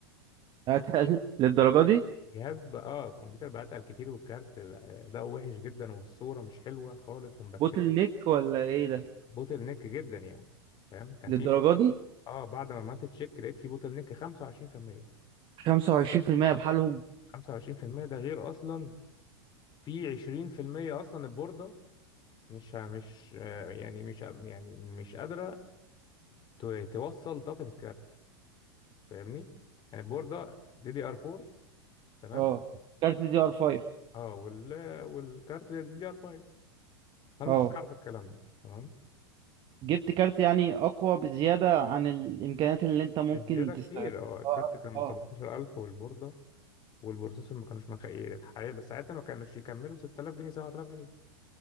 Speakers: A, on the right; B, on the left.
A: اتقل <laughs> للدرجة دي
B: <laughs> الجهاز بقى اه الكمبيوتر بقى اتقل كتير والكارت اداؤه وحش جدا والصوره مش حلوه خالص ومبكسله
A: بوتل نيك ولا ايه ده
B: بوتل نيك جدا يعني فاهم كان
A: للدرجة
B: في بوت...
A: دي
B: اه بعد ما عملت تشيك لقيت في بوتل نيك 25%
A: 25% بحالهم
B: 25% ده غير اصلا في 20% اصلا البورده مش ه- مش آه، يعني مش يعني مش قادره ت- توصل طاقه الكارت فاهمني يعني البورده دي دي ار 4 تمام
A: اه كارت دي ار 5
B: اه وال والكارت دي دي ار 5 فانا
A: اه
B: ما كنتش اعرف الكلام ده تمام
A: جبت كارت يعني اقوى بزيادة عن الامكانيات اللي انت ممكن
B: الزياده كتير
A: تستخدمها
B: اه الكارت
A: اه
B: كان
A: اه
B: ب
A: آه.
B: 17000 والبورده والبروسيسور ما كانوش مكفيين حاليا ساعتها ما كانوش يكملوا 6000 جنيه 7000 جنيه